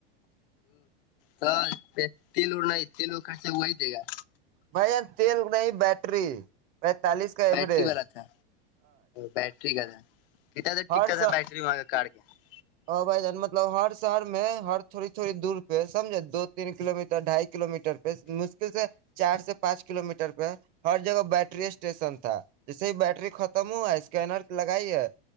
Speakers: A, on the left; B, on the right.
A: ہاں تو پس لوور نہیں کلو خرچے ہوا ہی دے گا
B: بھائی جان تیل نہیں بیٹری پینتالیس کا
A: بیٹری
B: ایوریج
A: والا تھا بیٹری کا تھا <inaudible> ک کتا
B: ہر سا
A: تھا ب بیٹری مگا کاڈ کے ج
B: اور بھائی جان مطلب ہر شہر میں ہر تھوڑی تھوڑی دور پہ سمجھے دو تین کلو میٹر ڈھائی کلو میٹر پہ مشکل سے چار سے پانچ کلو میٹر پہ ہر جگہ ب بیٹری اسٹیشن تھا جیسے ہی ب بیٹری ختم ہوا اسکینر لگائی ہے